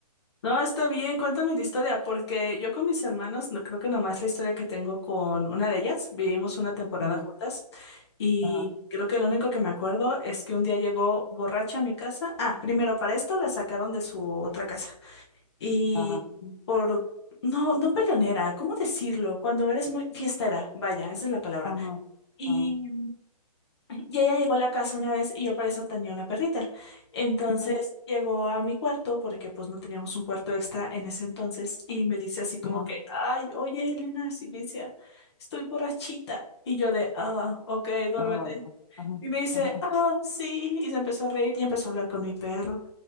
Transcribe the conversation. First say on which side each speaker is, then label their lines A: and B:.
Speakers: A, on the left (about 40°); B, on the left (about 55°).
A: No, está bien, cuéntame la historia, porque yo con mis hermanos, no creo que nomás la historia que tengo con una de ellas, vivimos una temporada
B: Ajá,
A: juntas y
B: ajá,
A: creo que lo único que me acuerdo es que un día llegó borracha a mi casa. Ah, primero para esto la sacaron de su otra casa. Y
B: ajá,
A: por, no, no peleonera, ¿cómo decirlo? Cuando eres muy fiestera, vaya, esa es la palabra.
B: ajá,
A: Y,
B: ajá,
A: y ella llegó a la casa una vez y yo para eso tenía una perrita. Entonces
B: ujú,
A: llegó a mi cuarto porque pues no teníamos un cuarto extra en ese entonces y me dice así como
B: ajá,
A: que, ay, oye, Elena, así me decía, estoy borrachita. Y yo de, ah, ok, duérmete.
B: ah, ajá,
A: Y me dice,
B: ajá.
A: ah, sí. Y se empezó a reír y empezó a hablar con mi perro.